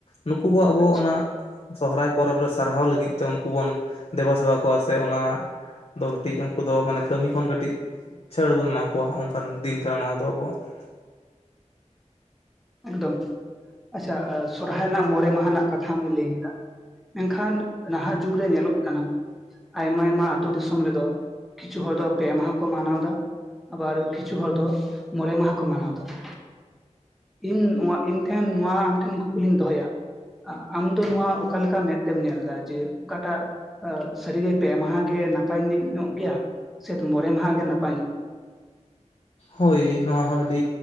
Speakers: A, on the left; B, in the centre.
A: ᱱᱩᱠᱩ ᱠᱚ ᱟᱵᱚ
B: ᱟᱪᱪᱷᱟ
A: ᱚᱱᱟ ᱥᱚᱦᱨᱟᱭ ᱯᱚᱨᱚᱵᱽ ᱨᱮ ᱥᱟᱨᱦᱟᱣ ᱞᱟᱹᱜᱤᱫ ᱛᱮ ᱩᱱᱠᱩ ᱵᱚᱱ ᱫᱮᱵᱟ ᱥᱮᱵᱟ ᱠᱚᱣᱟ ᱾ ᱥᱮ ᱚᱱᱟ ᱫᱚ ᱠᱟᱹᱴᱤᱡ ᱩᱱᱠᱩ ᱫᱚ ᱢᱟᱱᱮ ᱠᱟᱹᱢᱤ ᱠᱷᱚᱱ ᱠᱟᱹᱴᱤᱡ ᱪᱷᱟᱹᱲ ᱵᱚᱱ ᱮᱢᱟ ᱠᱚᱣᱟ ᱚᱱᱠᱟᱱ ᱫᱤᱱ ᱠᱟᱱᱟ ᱱᱚᱣᱟ ᱫᱚ ᱟᱵᱚᱣᱟᱜ ᱾
B: ᱮᱠᱫᱚᱢ ᱟᱪᱪᱷᱟ ᱥᱚᱨᱦᱟᱭ ᱨᱮᱱᱟᱜ ᱢᱚᱬᱮ ᱢᱟᱦᱟ ᱨᱮᱱᱟᱜ ᱠᱟᱛᱷᱟᱢ ᱞᱟᱹᱭ ᱠᱮᱫᱟ ᱢᱮᱱᱠᱷᱟᱱ ᱱᱟᱦᱟᱜ ᱡᱩᱜᱽᱨᱮ ᱧᱮᱞᱚᱜ ᱠᱟᱱᱟ ᱟᱭᱢᱟ ᱟᱭᱢᱟ ᱟᱹᱛᱩ ᱫᱤᱥᱚᱢ ᱨᱮᱫᱚ ᱠᱤᱪᱷᱩ ᱦᱚᱲ ᱫᱚ ᱯᱮ ᱢᱟᱦᱟ ᱠᱚ ᱢᱟᱱᱟᱣ ᱮᱫᱟ ᱟᱵᱟᱨ ᱠᱤᱪᱷᱩ ᱦᱚᱲ ᱫᱚ ᱢᱚᱬᱮ ᱢᱟᱦᱟ ᱠᱚ ᱢᱟᱱᱟᱣ ᱫᱟ ᱾ ᱤᱧ ᱱᱚᱣᱟ ᱤᱧᱴᱷᱮᱱ ᱱᱚᱣᱟ ᱟᱢᱴᱷᱮᱱ ᱠᱩᱠᱞᱤᱧ ᱫᱚᱦᱚᱭᱟ ᱟᱢᱫᱚ ᱱᱚᱣᱟ ᱚᱠᱟ ᱞᱮᱠᱟ ᱢᱮᱫ ᱛᱮᱢ ᱧᱮᱞ ᱫᱟ ᱡᱮ ᱚᱠᱟᱴᱟᱜ? ᱥᱟᱹᱨᱤᱜᱮ ᱯᱮ ᱢᱟᱦᱟ ᱜᱮ ᱱᱟᱯᱟᱭ ᱢᱤᱛ ᱧᱚᱜ ᱜᱮᱭᱟ ᱥᱮ ᱢᱚᱬᱮ ᱢᱟᱦᱟ ᱜᱮ ᱱᱟᱯᱟᱭ ᱧᱚᱜ ᱜᱮᱭᱟ?
A: ᱦᱳᱭ ᱱᱚᱣᱟ ᱦᱚᱸ ᱟᱹᱰᱤ